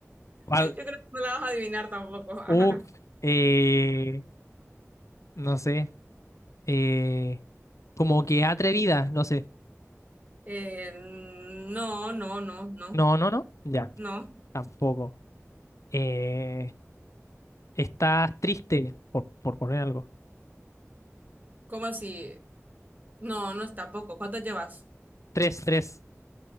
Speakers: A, on the left (about 75°); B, on the right (about 35°).
A: ¿Cuál?
B: Yo creo que no la vas a adivinar tampoco. Ajá.
A: Uf, eh, no sé. Eh, como que atrevida, no sé.
B: Eh, no, no, no, no,
A: No, no, no. Ya,
B: no.
A: tampoco. Eh, estás triste, por, por poner algo.
B: ¿Cómo así? No, no es tampoco. ¿Cuántas llevas?
A: Tres, tres.